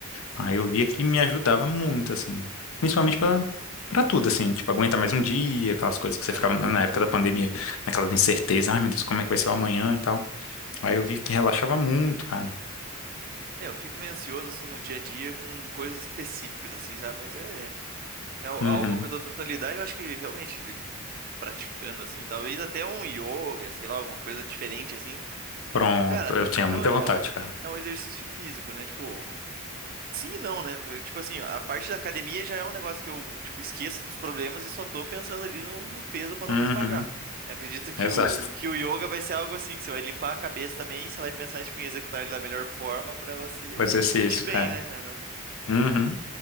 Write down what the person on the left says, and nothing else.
Aí eu via que me ajudava muito, assim. Principalmente pra, pra tudo, assim. Tipo, aguentar mais um dia, aquelas coisas que você
ficava na na época da pandemia, naquelas incertezas, ai meu Deus, como é que vai ser o amanhã e tal. Aí eu vi que relaxava muito, cara.
Uhum.
Pronto,
eu tinha muita
vontade,
cara.
Uhum.
Exato.
O exercício,
é.
Uhum.